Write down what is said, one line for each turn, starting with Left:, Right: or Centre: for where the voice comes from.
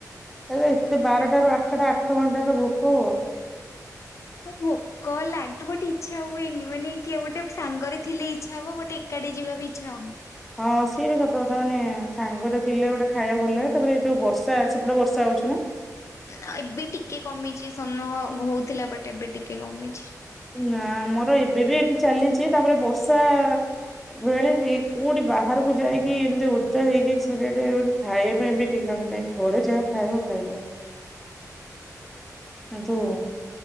Centre: ଏରା ଏତେ ବାରଟାରୁୁ
Left: ଏମତି
Centre: ଆଠଟା ଆଠ ଘଣ୍ଟା ତ ଭୋକ ହୁଅ।
Left: ହଁ ଭୋ କଲା ବଟ୍ ଇଚ୍ଛା ହୁଏନି ମାନେ କିଏ ଗୋଟେ ସାଙ୍ଗରେ ଥିଲେ ଇଚ୍ଛା ହବ ବଟ୍ ଏକାଟିଆ ଯିବାକୁ ଇଚ୍ଛା ହୋଉନି।
Centre: ହଁ ସିଏ ବି ସତ କଥା ମାନେ ସାଙ୍ଗରେ ଥିଲେ ଗୋଟେ ଖାଇବାକୁ ଭଲ ଲାଗେ ତାପରେ ଏ ଯୋଉ ବର୍ଷା ସେପଟେ ବର୍ଷା ହଉଚି ନା?
Left: ନା ଏବେ ଟିକେ କମିଚି ସହ୍ନ ହଉଥିଲା ବଟ୍ ଏବେ ଟିକେ କମିଛି।
Centre: ନାଁ ଆମର ଏବେ ବି ଏଠି ଚାଲିଚି ତାପରେ ବର୍ଷା ଭେରି ଭି କୋଉଠି ବାହାରୁକୁ ଯାଇକି ଏମତି ଓଦା ହେଇକି ସେରେଡ଼େ ମାନଜ ଖାଇବା ପାଇଁ ବି ଠିକ୍ ଲାଗୁନାଇଁ। ପରେ ଯାହା ଖାଇବ ଖାଇବ। କିନ୍ତୁ